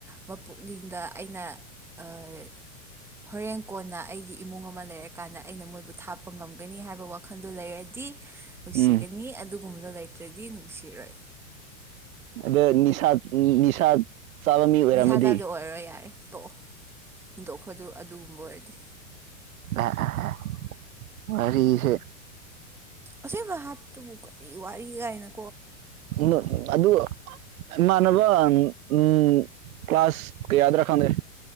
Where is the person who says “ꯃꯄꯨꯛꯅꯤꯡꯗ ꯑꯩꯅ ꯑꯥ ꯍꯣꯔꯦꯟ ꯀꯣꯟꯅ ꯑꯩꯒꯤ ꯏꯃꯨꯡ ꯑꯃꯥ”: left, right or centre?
Centre